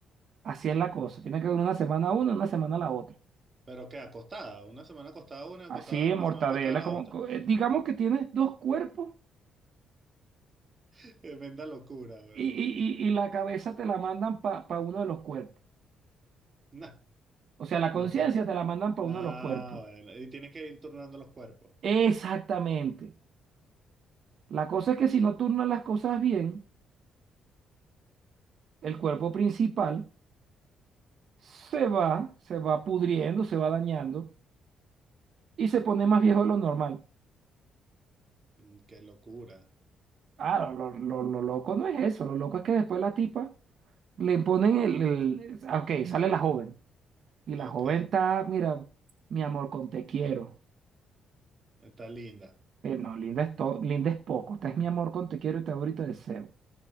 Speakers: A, on the right; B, on the right.
A: Así es la cosa. Tiene que durar una semana una, una semana la otra.
B: Pero que acostada. Una semana acostada una, acostada,
A: Así, mortadela,
B: una semana acostada la
A: como,
B: otra.
A: co- eh, digamos que tienes dos cuerpos
B: <laughs> Tremenda locura, weón.
A: y, y, y, y la cabeza te la mandan para uno de los cuerpos.
B: Nah,
A: O sea, la
B: no
A: conciencia
B: te.
A: te la mandan para
B: Ah,
A: uno de los cuerpos.
B: bueno. Y tienes que ir turnando los cuerpos.
A: Exactamente. La cosa es que si no turnas las cosas bien, el cuerpo principal se va, se va pudriendo, se va dañando y se pone más viejo de lo normal.
B: Mm, qué locura.
A: Ah, lo, lo- lo- lo loco no es eso, lo loco es que después la tipa le ponen el, el... ah, Ok, sale la joven y
B: Ok.
A: la joven está, mira, mi amor con te quiero.
B: Está linda.
A: Eh, no, linda es, to- linda es poco, esta es mi amor con te quiero y te adoro y te deseo.